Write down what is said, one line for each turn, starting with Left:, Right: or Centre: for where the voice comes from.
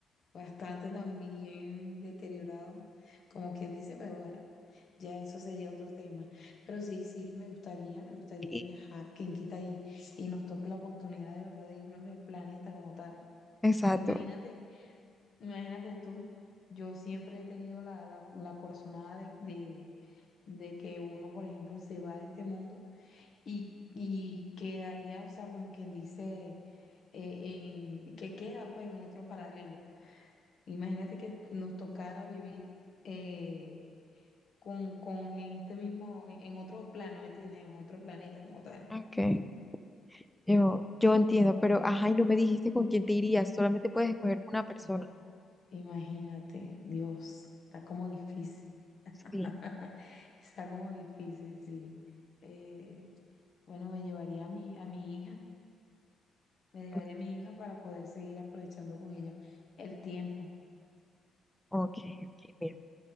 Left: bastante también deteriorado, como quien dice, pero bueno, ya eso sería otro tema. Pero sí, sí, me gustaría, me gustaría
Centre: el...
Left: viajar, quien quita y, y nos toque la oportunidad de verdad de irnos del planeta como tal.
Centre: Exacto.
Left: Imagínate, imagínate tú, yo siempre he tenido la, la, la corazonada de, de, de que uno, por ejemplo, se va de este mundo y, y quedaría, o sea, como quien dice, eh, en, que queda pues en otro paralelo Imagínate que nos tocara vivir eh, con, con en este mismo, en, en otro plano, ¿me entiendes? En otro planeta como tal.
Centre: Ok. Yo, yo entiendo, pero ajá, y no me dijiste con quién te irías, solamente puedes escoger una persona.
Left: Ajá. Imagínate, Dios, está como difícil, <laughs>
Centre: Sí,
Left: está como difícil, sí. Eh, bueno, me llevaría a mi, a mi hija, me llevaría
Centre: ok,
Left: a mi hija para poder seguir aprovechando con ella el tiempo,
Centre: ok, ok, mira.